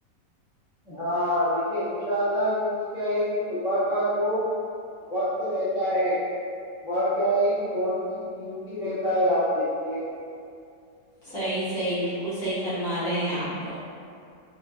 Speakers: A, in the centre; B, on the left.
A: ہاں دیکھیے انشاء اللہ کیونکہ کیا ہے کہ صبح کا جو وقت رہتا ہے وہ کیا ہے کہ بہت ہی قیمتی رہتا ہے آپ دیکھیے
B: صحیح صحیح بالکل صحیح فرما رہے ہیں آپ